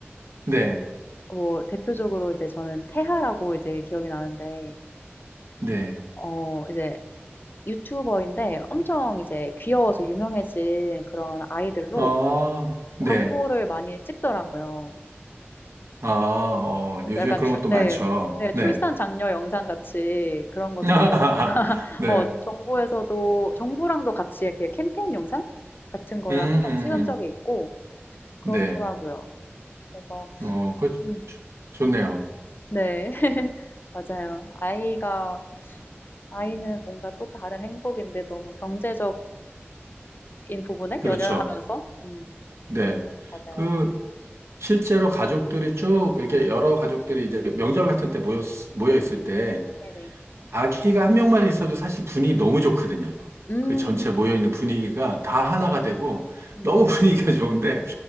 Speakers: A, on the right; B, on the left.
A: 네,
B: 뭐 대표적으로 이제 저는 태하라고 이제 기억이 나는데
A: 네.
B: 어 이제 유튜버인데 엄청 이제 귀여워서 유명해진 그런 아이들로
A: 어, 네.
B: 광고를 많이 찍더라고요.
A: 아, 어,
B: 그래서
A: 요즘에
B: 약간
A: 그런
B: 출
A: 것도
B: 네.
A: 많죠.
B: 네
A: 네.
B: 출산 장려 영상 같이 그런 것도
A: <laughs>
B: 이제
A: 네.
B: 어 정부에서도 정부랑도 같이 이렇게 캠페인 영상 같은 거를
A: 음, 음,
B: 한번 찍은
A: 음.
B: 적이 있고 그렇더라고요.
A: 네.
B: 그래서
A: 어, 그,
B: 음.
A: 좋- 좋네요.
B: 네. <laughs> 맞아요. 아이가 아이는 뭔가 또 다른 행복인데 너무 경제적인 부분에
A: 그렇죠.
B: 연연하면서 음
A: 네.
B: 맞아요.
A: 그, 실제로 가족들이 쭉, 이렇게 여러 가족들이 이제 명절 같은 때 모였, 모여 있을 때,
B: 네네.
A: 아기가 한 명만 있어도 사실 분위기 너무 좋거든요.
B: 음.
A: 그 전체 모여있는 분위기가 다 하나가 되고
B: 음
A: 너무 <laughs> 분위기가 좋은데